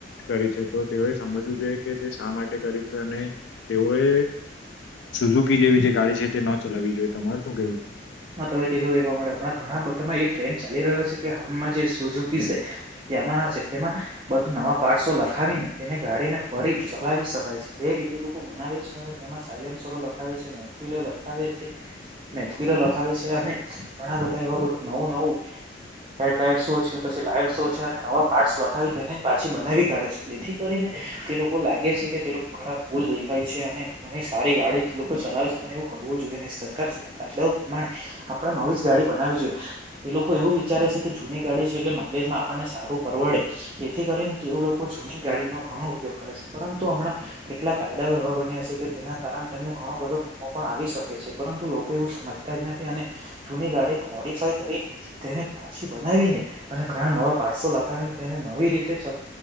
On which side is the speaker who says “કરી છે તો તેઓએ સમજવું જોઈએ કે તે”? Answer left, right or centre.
Left